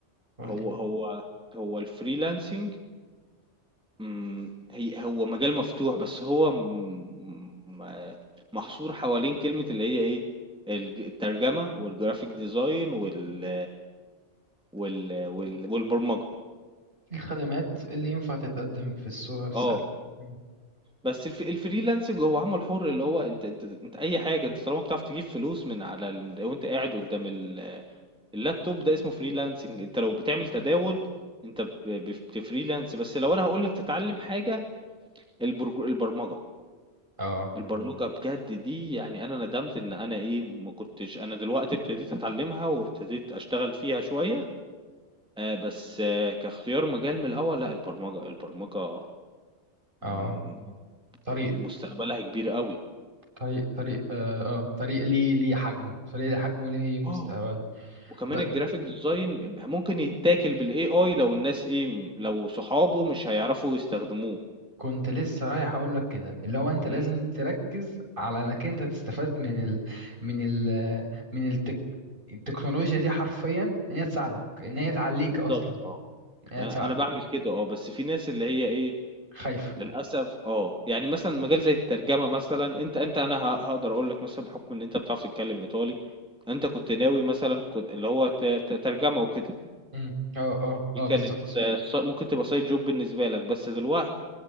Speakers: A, on the right; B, in the centre.
A: قولي
B: هو هو هو الfreelancing إمم، هي هو مجال مفتوح، بس هو م م محصور حوالين كلمة اللي هي إيه، الج الترجمة والgraphic design وال وال وال والبرمجة.
A: الخدمات اللي ينفع تتقدم في الصورة السهلة
B: آه،
A: مم.
B: بس الف الfreelancing هو عمل حُر، اللي هو أنت أنت أنت أي حاجة، أنت طالما بتعرف تجيب فلوس من على ال وأنت قاعد قدّام ال اللابتوب ده اسمه freelancing، أنت لو بتعمل تداول أنت ب بف بتfreelance، بس لو أنا هاقول لك تتعلم حاجة البرج البرمجة.
A: اه
B: البرمجة بجد دي يعني أنا ندمت إن أنا إيه ما كنتش أنا دلوقتي ابتديت أتعلمها وابتديت أشتغل فيها شوية آه، بس آه، كاختيار مجال من الأول لا البرمجة البرمجة
A: اه
B: مم،
A: طريق
B: مستقبلها كبير قوي
A: طريق طريق اه آه، طريق ليه ليه حجمه طريق ليه حجمه ليه مستقبل
B: اه وكمان
A: ب...
B: الجرافيك ديزاين ممكن يتاكل بالاي اي لو الناس ايه لو صحابه مش هيعرفوا يستخدموه
A: كنت لسه رايح اقول لك كده اللي هو انت لازم
B: امم
A: تركز على انك انت تستفاد من ال... من ال... من التك... التكنولوجيا دي حرفيا ان هي تساعدك ان هي تعليك
B: بالظبط
A: اصلا
B: اه
A: ان هي
B: انا
A: تساعدك
B: انا بعمل كده اه بس في ناس اللي هي ايه
A: خايف
B: للأسف آه، يعني مثلًا مجال زي الترجمة مثلًا أنت أنت أنا ه هاقدر أقول لك مثلًا بحكم إن أنت بتعرف تتكلم إيطالي، أنت كنت ناوي مثلًا كنت اللي هو ت ت ترجمة وكده،
A: مم. اه اه
B: دي
A: اه
B: كانت
A: بالظبط
B: س- ص ممكن تبقى side job بالنسبة لك، بس دلوقت